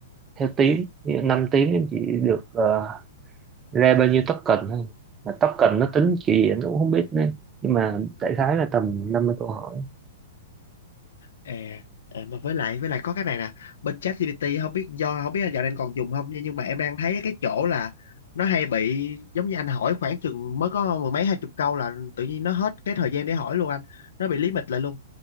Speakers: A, on the right; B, on the left.
A: theo tiếng ví dụ 5 tiếng em chỉ được ờ, ra bao nhiêu token thôi mà token nó tính kiểu gì em cũng không biết nữa nhưng mà đại khái là tầm 50 câu hỏi
B: à, à, mà với lại với lại có cái này nè bên ChatGPT không biết do không biết là dạo này anh còn dùng không nhưng mà em đang thấy cái chỗ là nó hay bị giống như anh hỏi khoảng chừng mới có mười mấy hai chục câu là tự nhiên nó hết cái thời gian để hỏi luôn anh nó bị lý mịch lại luôn